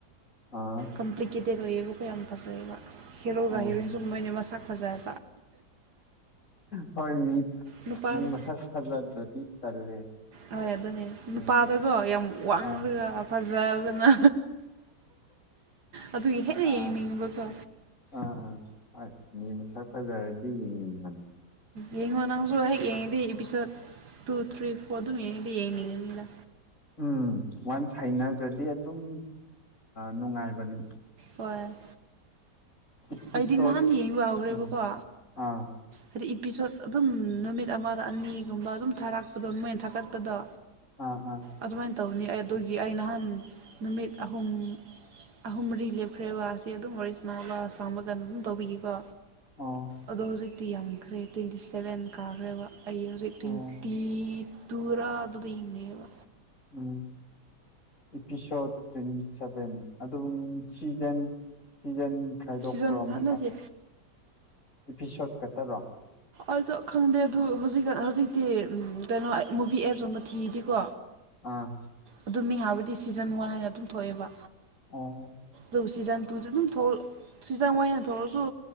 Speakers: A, on the left (about 50°); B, on the right (about 70°).
A: ꯑꯥ
B: ꯀꯝꯄ꯭ꯂꯤꯀꯦꯇꯦꯠ ꯑꯣꯏꯌꯦꯕꯀꯣ ꯌꯥꯝ ꯐꯖꯩꯌꯦꯕ ꯍꯦꯔꯣꯒ
A: ꯑꯣ
B: ꯍꯦꯔꯣꯏꯟ ꯁꯨꯝ ꯃꯣꯏꯅꯤ ꯃꯁꯛ ꯐꯖ ꯑ
A: ꯍꯣꯏ ꯃꯤ
B: ꯅꯨꯄꯥꯗꯣ
A: ꯃꯤ ꯃꯁꯛ ꯐꯖꯗ꯭ꯔꯗꯤ ꯇꯜꯂꯦ
B: ꯍꯣꯏ ꯑꯗꯨꯅꯤ
A: ꯃꯨꯚꯤꯁꯦ
B: ꯅꯨꯄꯥꯗꯀꯣ ꯌꯥꯝ ꯋꯥꯡꯂꯒ
A: ꯑꯥ
B: ꯐꯖꯕꯅ ꯑꯗꯨꯒꯤ ꯍꯦꯟꯅ
A: ꯑꯥ
B: ꯌꯦꯡꯅꯤꯡꯕꯀꯣ
A: ꯑꯥ ꯑꯥ ꯃꯤ ꯃꯁꯛ ꯐꯖꯔꯗꯤ ꯌꯦꯡꯅꯤꯡꯕꯅꯦ
B: ꯌꯦꯡꯉꯣ ꯅꯪꯁꯨ ꯍꯦꯛ ꯌꯦꯡꯉꯗꯤ ꯏꯄꯤꯁꯣꯠ ꯇꯨ ꯊ꯭ꯔꯤ ꯐꯣꯔ ꯑꯗꯨꯝ ꯌꯦꯡꯉꯗꯤ ꯌꯦꯅꯤꯡ ꯅꯤꯗ
A: ꯎꯝ ꯋꯥꯟꯁ ꯍꯩꯅꯈ꯭ꯔꯗꯤ ꯑꯗꯨꯝ ꯅꯨꯡꯉꯥꯏꯕꯅꯤ
B: ꯍꯣꯏ
A: ꯏꯄꯤꯁꯣꯠ
B: ꯑꯩꯗꯤ ꯅꯍꯥꯟ ꯌꯦꯡꯕ ꯍꯧꯔꯦꯕꯀꯣ
A: ꯎꯝ ꯑꯥ
B: ꯍꯥꯏꯗꯤ ꯏꯄꯤꯁꯣꯠ ꯑꯗꯨꯝ ꯅꯨꯃꯤꯠ ꯑꯃꯗ ꯑꯅꯤꯒꯨꯝꯕ ꯑꯗꯨꯝ ꯊꯥꯔꯛꯄꯗꯣ ꯃꯣꯏꯅ ꯊꯥꯒꯠꯄꯗꯣ
A: ꯑꯥ ꯑꯥ
B: ꯑꯗꯨꯃꯥꯏꯅ ꯇꯧꯅꯤ ꯑꯩ ꯑꯗꯨꯒꯤ ꯑꯩ ꯅꯍꯥꯟ ꯅꯨꯃꯤꯠ ꯑꯍꯨꯝ ꯑꯍꯨꯝ ꯃꯔꯤ ꯂꯦꯞꯈ꯭ꯔꯦ ꯋꯥ ꯑꯁꯤ ꯑꯗꯨꯝ ꯋꯥꯔꯤ ꯁꯅꯥ ꯂ ꯑꯁꯥꯡꯕ ꯀꯟ ꯑꯗꯨꯝ ꯇꯧꯕꯤꯒꯦꯀꯣ
A: ꯑꯣ
B: ꯑꯗꯣ ꯍꯧꯖꯤꯛꯇꯤ ꯌꯥꯝꯈ꯭ꯔꯦ ꯇ꯭ꯋꯦꯟꯇꯤ ꯁꯕꯦꯟ ꯀꯥꯈ꯭ꯔꯦꯕ ꯑꯩ ꯍꯧꯖꯤꯛ ꯇ꯭ꯋꯦꯟꯇꯤ
A: ꯑꯣ
B: ꯇꯨꯔꯥ ꯑꯗꯨꯗ ꯌꯦꯡꯉꯦꯕ
A: ꯎꯝ ꯏꯄꯤꯁꯣꯠ ꯇ꯭ꯋꯦꯟꯇꯤ ꯁꯚꯦꯟ ꯑꯗꯨꯝ ꯁꯤꯖꯟ ꯁꯤꯖꯟ ꯈꯥꯏꯗꯣꯛꯄ꯭ꯔꯣ
B: ꯁꯤꯖꯟ
A: ꯑꯃꯨꯛꯀ
B: ꯅꯠꯇꯦ
A: ꯏꯄꯤꯁꯣꯠ ꯈꯇꯔꯣ
B: ꯑꯗꯣ ꯈꯪꯗꯦ ꯑꯗꯨ ꯍꯧꯖꯤꯛꯀ ꯍꯧꯖꯤꯛꯇꯤ ꯎꯝ ꯀꯩꯅꯣ ꯑꯩ ꯃꯨꯚꯤ ꯑꯦꯞꯁꯨꯝꯕ ꯊꯤꯗꯦꯀꯣ
A: ꯑꯥ
B: ꯑꯗꯨꯝ ꯃꯤꯡ ꯍꯥꯏꯕꯗꯤ ꯁꯤꯖꯟ ꯋꯥꯟ ꯍꯥꯏꯅ ꯑꯗꯨꯝ ꯊꯣꯛꯑꯦꯕ
A: ꯑꯣꯍꯨ
B: ꯑꯗꯨ ꯁꯤꯖꯟ ꯇꯨꯗꯤ ꯑꯗꯨꯝ ꯊꯣꯛꯂꯛ ꯁꯤꯖꯟ ꯑꯣꯏꯅ ꯊꯣꯛꯂꯁꯨ